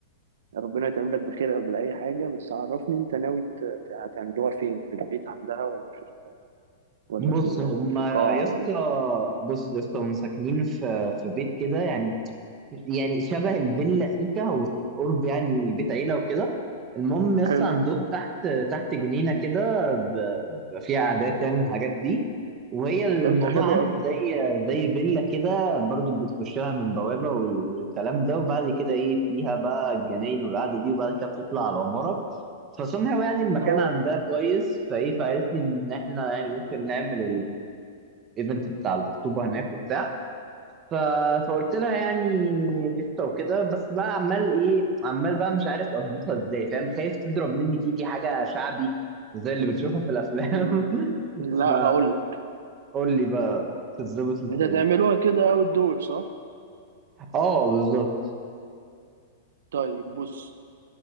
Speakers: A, on the right; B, on the right.
A: ربنا يتمم لك بخير قبل اي حاجه بس عرفني انت ناوي ت- ت- هتعملوها فين في البيت عندها ولا في ال- ولا
B: بص
A: في ال-
B: هما
A: في قاعه
B: يا اسطى
A: ولا
B: بص يا اسطى هما ساكنين في في بيت كده يعني يعني شبه الفيلا سيكا هو في قرب يعني بيت عيلة وكده المهم يس
A: حلو
B: عندهم تحت تحت جنينة كده ب- بيبقى فيها قعدات يعني والحاجات دي وهي الموضوع
A: طب ده حلو
B: عامل
A: قوي
B: زي زي فيلا كده برضو بتخش لها من بوابة وال- والكلام ده وبعد كده ايه فيها بقى الجناين والقعدة دي وبعد كده بتطلع على العمارة فسمها يعني المكان
A: اه
B: عندها كويس فايه فقالت لي ان احنا يعني ممكن نعمل الايفنت بتاع الخطوبة هناك وبتاع ف... فقلت لها يعني قشطه وكده بس بقى عمال ايه عمال بقى مش عارف اظبطها ازاي فاهم خايف تضرب مني تيجي حاجه شعبي زي اللي بنشوفها في الافلام
A: مم.
B: <laughs>
A: لا
B: ف
A: هقول لك
B: قول لي بقى تتظبط ازاي
A: انت هتعملوها كده اوت دور صح
B: اه بالظبط
A: طيب بص